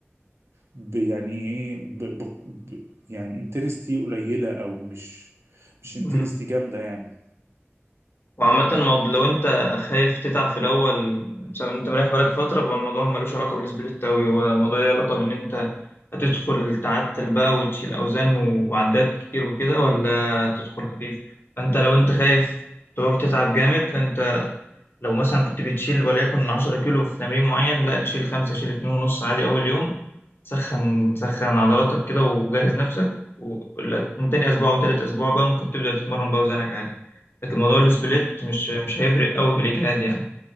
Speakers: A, on the right (about 70°); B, on the left (about 55°).
A: ب- يعني ايه ب ب ب يعني انتنستي قليلة او مش مش
B: مم.
A: انتنستي جامدة يعني
B: وعامة الموضوع- لو انت خايف تتعب في الأول بسبب ان انت مريح بالك فترة فهو الموضوع ملوش علاقة بالسبليت أوي هو الموضوع ليه علاقة بإن انت هتدخل تعتل بقى وتشيل أوزان وعدات كتير وكده ولا تدخل خفيف فانت لو انت خايف تروح تتعب جامد فانت لو مثلا كنت بتشيل وليكن 10 كيلو في تمرين معين لا شيل خمسة شيل اتنين ونص عادي أول يوم سخن سخن عضلاتك كده وجهز نفسك و- ولا من تاني أسبوع أو تالت أسبوع بقى ممكن تبدأ تتمرن بقى وزنك عادي لكن موضوع السبليت
A: مم.
B: مش مش هيفرق أوي في الإجهاد يعني